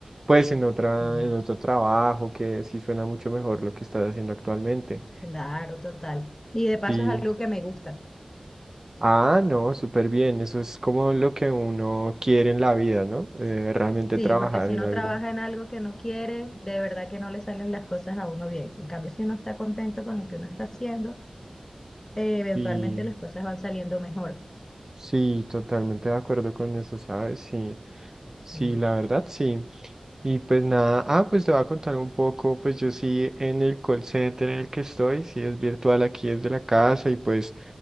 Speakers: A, on the right; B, on the left.
A: pues en otra,
B: Mm,
A: en otro trabajo, que sí suena mucho mejor lo que estás haciendo actualmente.
B: Claro, total. Y de paso
A: Sí.
B: es algo que me gusta.
A: Ah, no, súper bien, eso es como lo que uno quiere en la vida, ¿no? Eh, realmente
B: Sí,
A: trabajar
B: porque si
A: en
B: uno
A: algo.
B: trabaja en algo que no quiere, de verdad que no le salen las cosas a uno bien. En cambio, si uno está contento con lo que uno está haciendo, eh, eventualmente
A: Sí.
B: las cosas van saliendo mejor.
A: Sí, totalmente de acuerdo con eso, ¿sabes? Sí,
B: Sí,
A: sí, la verdad, sí. Y pues nada, ah, pues te voy a contar un poco, pues yo sí en el call center en el que estoy, sí es virtual aquí es de la casa y pues